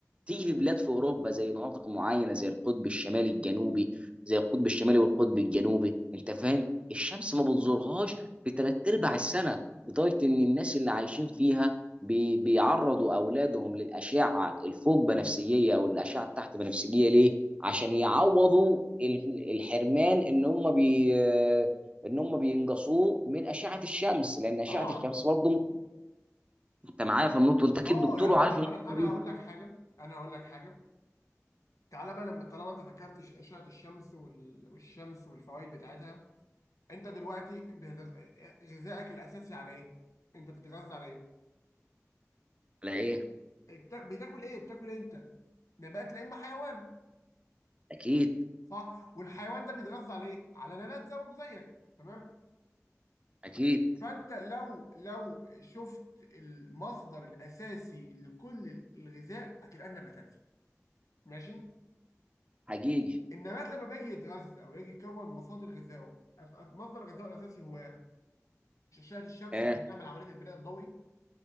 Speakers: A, on the right (about 20°); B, on the left (about 85°).
A: تيجي في بلاد في اوروبا زي مناطق معينه زي القطب الشمالي الجنوبي زي القطب الشمالي والقطب الجنوبي انت فاهم الشمس ما بتزورهاش في ثلاث ارباع السنه لدرجه ان الناس اللي عايشين فيها بي بيعرضوا اولادهم للاشعه الفوق بنفسجيه او الاشعه التحت بنفسجيه ليه؟ عشان يعوضوا ال- الحرمان ان هم بي ان هم بينقصوه من اشعه الشمس لان اشعه
B: طبعا
A: الشمس برضه انت معايا في النقطه انت اكيد
B: اه
A: دكتور
B: يعني
A: وعارف
B: انا
A: النقطه
B: انا
A: دي
B: انا هقول لك حاجه انا هقول لك حاجه تعالى بقى لما طالما انت ذكرت ش- اشعه الشمس وال- والشمس والفوائد بتاعتها انت دلوقتي بتغ- غذائك الاساسي على ايه؟ انت بتتغذى على ايه؟
A: ولا ايه؟
B: بتا- بتاكل ايه؟ بتاكل إيه انت؟ نبات لا اما حيوان
A: اكيد
B: صح والحيوان ده بيتغذى على ايه على نبات زي برضه زيك تمام
A: اكيد
B: فانت لو لو شفت المصدر الاساسي لكل الغذاء هتلقى النباتات ماشي
A: حقيقي
B: النبات لما بيجي يتغذى او يجي يكون مصادر غذائه أف- أف- مصدر غذائه الاساسي هو إيه؟ مش اشعه الشمس
A: اه
B: عشان نعمل عمليه البناء الضوئي